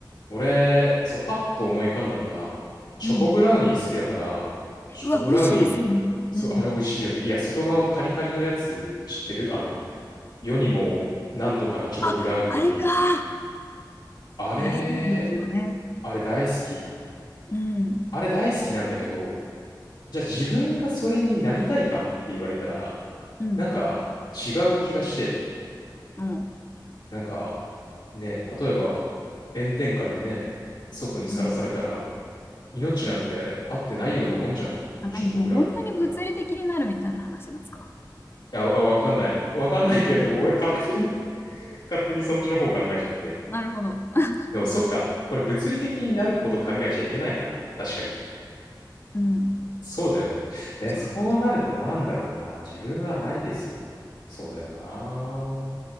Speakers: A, on the left; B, on the left.
A: 俺、そう、パッと思い浮かんだのが、チョコブラウニー好きだから、
B: うん。
A: チョコブラウニー、
B: うわ、美味しいですよね。うん。
A: そう、あれ美味しいよね。いや、外側カリカリのやつ知ってるあの、世にもなんとかなチョコブラウニーっていう。
B: あ、あれか。
A: あれ、
B: あれ、いいですよね。
A: あれ大好き。
B: うん。
A: あれ大好きなんだけど、じゃあ自分がそれになりたいかって言われたら、
B: うん。
A: なんか違う気がして、
B: うん。
A: なんかねえ、例えば炎天下でね、外にさらされたら、
B: うん。
A: 命なんてあってないようなもんじゃん。
B: あ、何もう本当に物理的になるみたいな話なんですか
A: チョコブラウニーだったら。いや、あわかんない。わかんないけれども、俺勝手に <laughs> 勝手にそっちの方考えちゃって。
B: なるほど。<laughs>
A: でもそっか、これ物理的になること考えちゃいけないか。確かに。
B: うん。
A: そうだよね。え、
B: そうそうそう。
A: そうなるとなんだろうな。自分は何ですそうだよな。